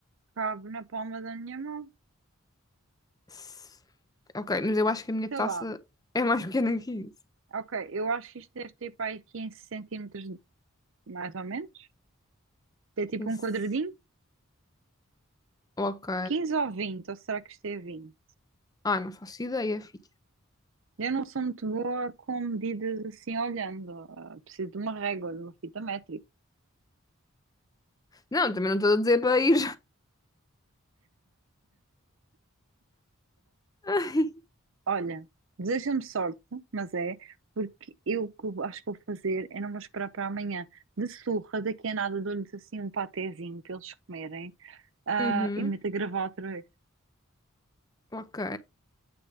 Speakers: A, on the right (about 60°); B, on the left (about 15°).
A: cabe na palma da minha mão.
B: S- Ok, mas eu acho que a minha
A: Sei
B: taça
A: lá.
B: é mais pequena que isso.
A: Ok, eu acho que isto deve ter para aí 15 centímetros, mais ou menos. É tipo
B: Isso.
A: um quadradinho.
B: Ok.
A: quinze ou 20 ou será que isto é vinte
B: Ah, não faço ideia, filha.
A: Eu não sou muito boa com medidas assim olhando. Ah, preciso de uma régua, de uma fita métrica.
B: Não, também não estou a dizer para ir. <laughs> Ai.
A: Olha, deseja-me sorte, mas é, porque eu o que eu acho que vou fazer é não vou esperar para amanhã. De surra, daqui a nada dou-lhes assim um patezinho para eles comerem, ah,
B: Uhum.
A: e meto a gravar outra vez.
B: Ok.